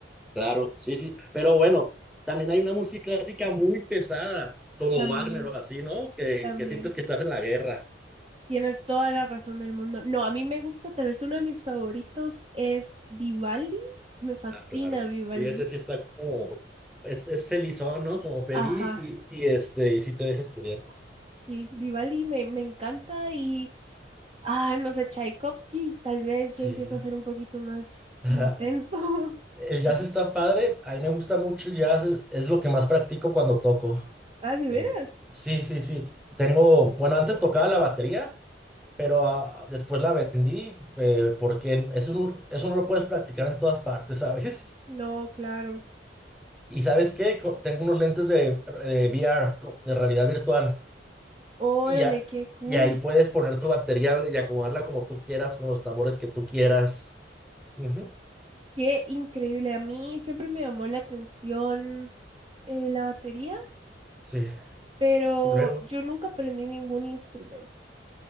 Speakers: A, in the centre; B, on the right.
A: Claro, sí, sí. Pero bueno, también hay una música clásica muy pesada, como
B: También,
A: Wagner o así, ¿no? Que,
B: también.
A: que sientes que estás en la guerra.
B: Tienes toda la razón del mundo. No, a mí me gusta, tal vez uno de mis favoritos es Vivaldi. Me fascina
A: Ah, claro.
B: Vivaldi.
A: Sí, ese sí está como, es, es felizón, ¿no? Como feliz
B: Ajá,
A: y, y este, y sí te deja estudiar.
B: Sí, Vivaldi me, me encanta y, ah, no sé, Tchaikovsky tal vez
A: Sí.
B: ya empieza a ser un poquito más
A: Ajá.
B: intenso.
A: El jazz
B: <laughs>
A: está padre. A mí me gusta mucho el jazz. Es, es lo que más practico cuando toco.
B: Ah, ¿de veras?
A: El... Sí, sí, sí. Tengo, bueno, antes tocaba la batería, pero ah, después la vendí eh, porque eso, no- eso no lo puedes practicar en todas partes, <laughs> ¿sabes?
B: No, claro.
A: Y ¿sabes qué? Co- Tengo unos lentes de, de VR, co- de realidad virtual.
B: Órale,
A: Y, ya-
B: qué cool.
A: y ahí puedes poner tu batería y acomodarla como tú quieras, con los tambores que tú quieras. Ujú,
B: Qué increíble. A mí siempre me llamó la atención eh, la batería,
A: Sí.
B: pero
A: Y luego,
B: yo nunca aprendí ningún instrumento.